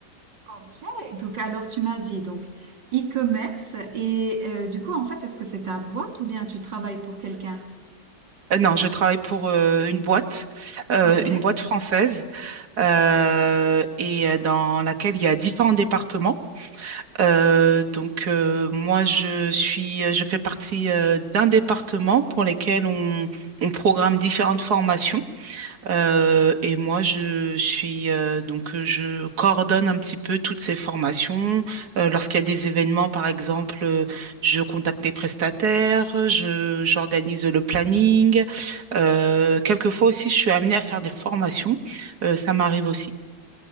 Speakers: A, on the right; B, on the right.
A: Ok. Donc alors tu m'as dit donc e-commerce et euh, du coup en fait est-ce que c'est ta boîte ou bien tu travailles pour quelqu'un?
B: Euh, non, je travaille pour euh, une boîte, euh,
A: Ok.
B: une boîte française, euh, et euh, dans laquelle il y a différents départements. Euh, donc euh, moi, je suis, euh, je fais partie euh, d'un département pour lequel on, on programme différentes formations. Euh, et moi, je suis euh, donc euh, je coordonne un petit peu toutes ces formations. Euh, lorsqu'il y a des événements, par exemple, euh, je contacte les prestataires, je j'organise le planning. Euh, quelquefois aussi, je suis amenée à faire des formations. Euh, ça m'arrive aussi.